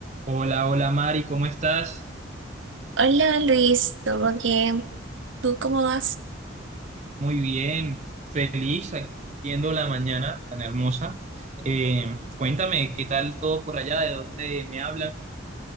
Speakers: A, on the right; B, on the right.
A: Hola, hola Mari, ¿cómo estás?
B: Hola Luis, ¿todo bien? ¿Tú cómo vas?
A: Muy bien, feliz aquí viendo la mañana tan hermosa. Eh, cuéntame, ¿qué tal todo por allá? ¿De dónde me hablan?